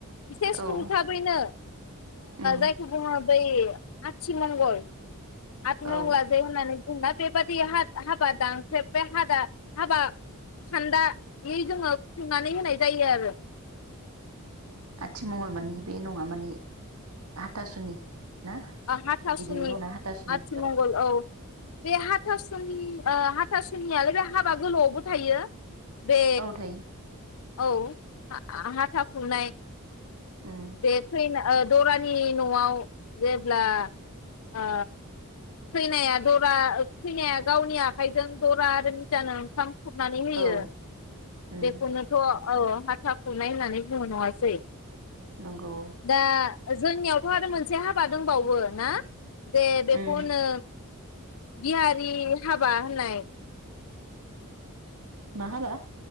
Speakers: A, on the left; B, on the right.
A: एसे सुंथाबैनो
B: औ उम
A: जायखौ ओ बुङो बै आथि मंगल आथ मंला
B: औ
A: जे होननानै जोंना बेबादि हा -हाबा दानख्रेब बे हा हाबा खान्दायै जोङो खुंनानै होनाय जायो आरो।
B: आथिमंगल माने बे नङा माने हाथासुनि ना
A: ओ हाथासुनि
B: बिदिबो दंना हाथासुनि
A: आथिमंगल औ बे हाथासुनि ओ हाथासुनियालाय बे हाबा गोलावआवबो थायो। बे
B: औ थायो
A: औ हा- हाथा खुरनाय
B: उम
A: बेखैनो ओ दरानि न'आव जेब्ला ओ खैनाया दरा खैनाया गावनि आखाइजों दरा आरो निजानो ओंखाम खुरनानै होयो
B: औ उम
A: बेखौनोथ' औ हाथा खुरनाय होननानै बुंङो नङासै
B: नंगौ
A: दा जोंनियावथ' आरो मोनसे था दंबावो ना? जे बेखौहोनो
B: उम
A: बिहारि हाबा होननाय।
B: मा हाबा?